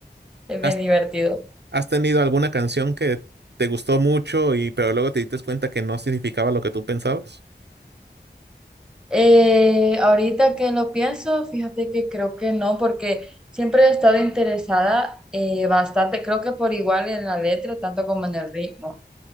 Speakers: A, in the centre; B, on the right.
A: Es
B: ¿Has,
A: bien divertido.
B: has tenido alguna canción que te gustó mucho y pero luego te diste cuenta que no significaba lo que tú pensabas?
A: Eh, ahorita que lo pienso, fíjate que creo que no, porque siempre he estado interesada eh, bastante, creo que por igual en la letra, tanto como en el ritmo.